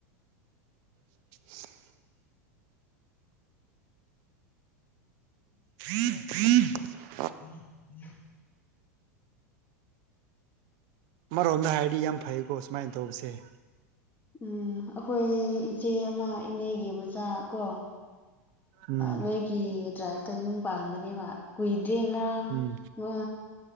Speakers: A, on the right; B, on the left.
A: <inaudible> ꯍ <unintelligible>
B: ꯎꯝ ꯎꯝ
A: ꯑꯃꯔꯣꯝꯗ ꯍꯥꯏꯔꯗꯤ ꯌꯥꯝ ꯐꯩꯀꯣ ꯁꯨꯃꯥꯏ ꯗꯣꯛꯞꯁꯦ
B: ꯎꯝ ꯑꯩꯈꯣꯏ ꯏꯆꯦ ꯑꯃ ꯏꯅꯦ ꯑꯩ ꯃꯆꯥ ꯀꯣ
A: ꯎꯝ
B: ꯅꯣꯏꯒꯤꯗ꯭ꯔꯥ ꯑꯇ ꯌꯨꯝ ꯄꯥꯟꯕꯅꯦꯕ ꯀꯨꯏꯗ꯭ꯔꯦ ꯉꯔꯥꯡ
A: ꯎꯝ
B: ꯎ